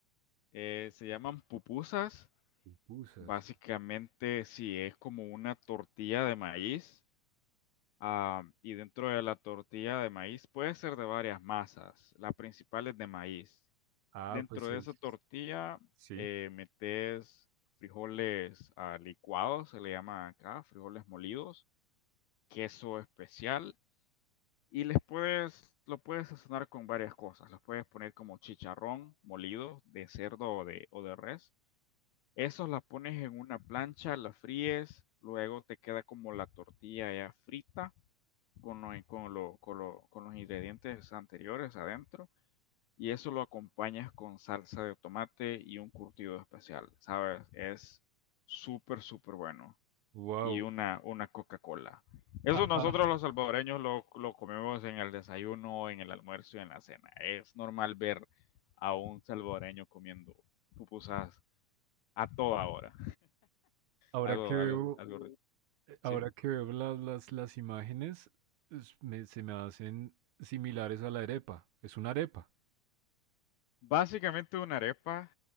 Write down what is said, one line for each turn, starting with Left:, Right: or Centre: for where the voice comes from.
Left: Eh, se llaman pupusas.
Right: Pupusas.
Left: Básicamente, sí, es como una tortilla de maíz. ah, y dentro de la tortilla de maíz puede ser de varias masas. La principal es de maíz.
Right: Ah,
Left: Dentro
Right: pues
Left: de
Right: es,
Left: esa tortilla
Right: sí.
Left: eh, metes frijoles ah, licuados, se le llama acá, frijoles molidos, queso especial y les puedes, lo puedes sazonar con varias cosas. Los puedes poner como chicharrón molido de cerdo o de, o de res. Esos la pones en una plancha, la fríes, luego te queda como la tortilla ya frita con, lo- con, lo- con lo- con los ingredientes anteriores adentro y eso lo acompañas con salsa de tomate y un curtido especial, ¿sabes? Es súper, súper bueno.
Right: Wow.
Left: Y una, una Coca-Cola. Eso
Right: Ajá.
Left: nosotros los salvadoreños lo, lo comemos en el desayuno, en el almuerzo y en la cena. Es normal ver a un salvadoreño comiendo pupusas a toda hora.
Right: Ahora
Left: Algo,
Right: que veo,
Left: algo, algo,
Right: eh, ahora
Left: ¿sí?
Right: que veo las, las, las imágenes, es- me- se me hacen similares a la arepa. Es una arepa.
Left: Básicamente una arepa